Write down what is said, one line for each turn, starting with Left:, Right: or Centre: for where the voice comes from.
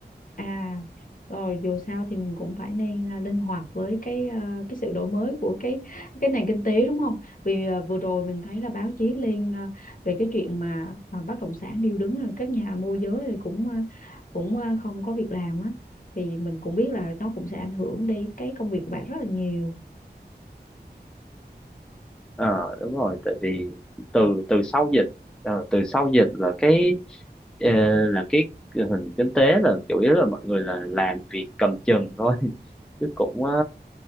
Left: À, rồi dù sao thì mình cũng phải nên à, linh hoạt với cái à, cái sự đổi mới của cái cái nền kinh tế đúng không? Vì à, vừa rồi mình thấy là báo chí lên à, về cái chuyện mà à, bất động sản điêu đứng rồi các nhà môi giới rồi cũng à, cũng à, không có việc làm á thì mình cũng biết là nó cũng sẽ ảnh hưởng đến cái công việc của bạn rất là nhiều.
Centre: ờ đúng rồi tại vì từ từ sau dịch ờ, từ sau dịch là cái ờ, là cái hình kinh tế là chủ yếu là mọi người là làm việc cầm chừng thôi <laughs> chứ cũng ờ,